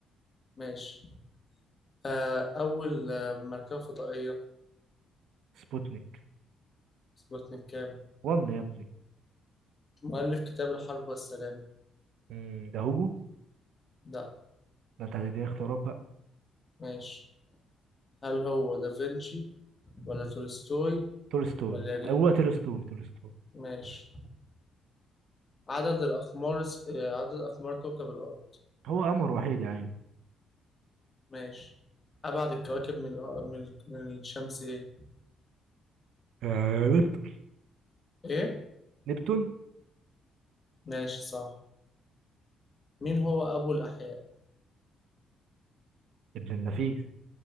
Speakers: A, on the left; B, on the right.
A: ماشي آه، أول آه، مركبة فضائية
B: سبوتنيك
A: سبوتنيك كام؟
B: وان يا ابني
A: مؤلف كتاب الحرب والسلام
B: مم، ده هوجو
A: لا
B: ده انت هتديني اختيارات بقى
A: ماشي هل هو دافنشي ولا تولستوي
B: تولستوي
A: ولا ري
B: هو تولستوي تولستوي
A: ماشي
B: تولستوي.
A: عدد الأقمار الس- آه، عدد أقمار كوكب الأرض
B: هو قمر وحيد يا عيني
A: ماشي أبعد الكواكب من الأ- من من الشمس إيه؟
B: آه نبتون
A: إيه؟
B: نبتون
A: ماشي صح مين هو أبو الأحياء؟
B: ابن النفيس